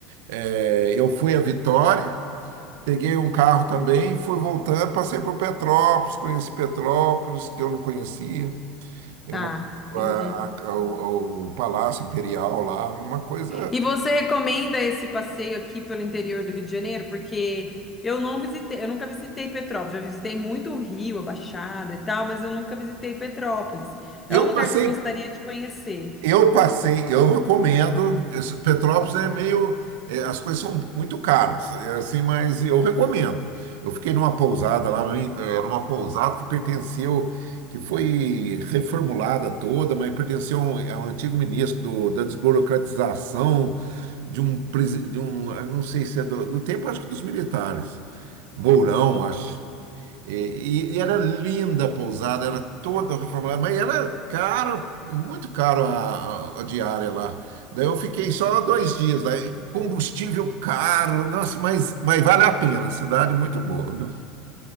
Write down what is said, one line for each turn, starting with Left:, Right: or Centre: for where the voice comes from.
Right: é, eu fui a Vitória, peguei um carro também, fui voltando, passei por Petrópolis, conheci Petrópolis, que eu não conhecia. Eu,
Left: Tá, entendi.
Right: a- a- o, o Palácio Imperial lá, uma coisa.
Left: E você recomenda esse passeio aqui pelo interior do Rio de Janeiro? Porque eu não visitei, eu nunca visitei Petrópolis. Já visitei muito o Rio, a Baixada e tal, mas eu nunca visitei Petrópolis.
Right: Eu
Left: É um lugar
Right: passei
Left: que eu gostaria de conhecer.
Right: Eu passei, eu recomendo. isso- Petrópolis é meio, é, as coisas são muito caras, é assim, mas eu recomendo. Eu fiquei numa pousada lá, bem- era uma pousada que pertenceu, que foi reformulada toda, mas pertenceu a um, a um antigo ministro do- da desburocratização de um, presi- de um, eu não sei se é do, do tempo, acho que dos militares, Mourão, acho. E, e- e era linda a pousada, era toda reformulada, mas era caro, muito caro a, a- a diária lá. Daí eu fiquei só dois dias, daí combustível caro, nossa, mas, mas vale a pena, cidade muito boa, viu?